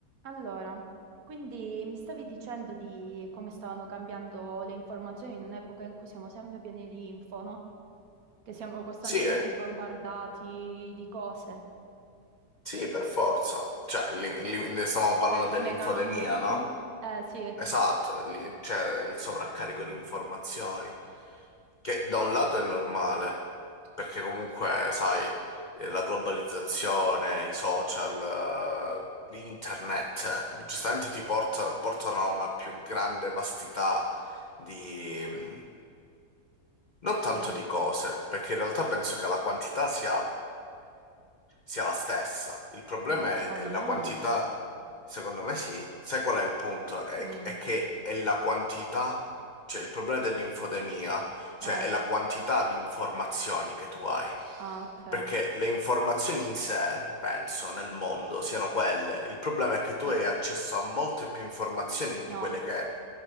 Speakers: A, on the right (about 65°); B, on the left (about 85°).
A: Allora, quindi mi stavi dicendo di come stavano cambiando le informazioni in un'epoca in cui siamo sempre pieni di info, no? Che siamo costantemente
B: Sì, eh.
A: bombardati di cose,
B: Sì, per forza. Cioè, li- li- ne stavamo parlando
A: cioè come
B: dell'infodemia,
A: cambia. <laughs>
B: no?
A: Eh sì,
B: Esatto, li- cioè il sovraccarico di informazioni, che da un lato è normale, perché comunque, sai, eh, la globalizzazione, i social, eh, internet, eh, giustamente ti porta- portano a una più grande vastità di... mm, non
A: sì,
B: tanto di cose, perché in realtà penso che la quantità sia sia la stessa. Il problema
A: no, secondo
B: è, è la
A: me
B: quantità,
A: no.
B: secondo me sì. Sai qual è il punto? È,
A: Mm,
B: è che è la quantità, cioè il problema dell'infodemia, cioè
A: eh,
B: è la quantità di informazioni che tu hai.
A: ah, ok.
B: Perché le informazioni in sé, penso, nel mondo siano quelle. Il problema è che tu
A: Eh,
B: hai accesso a molte più informazioni
A: no,
B: di quelle che,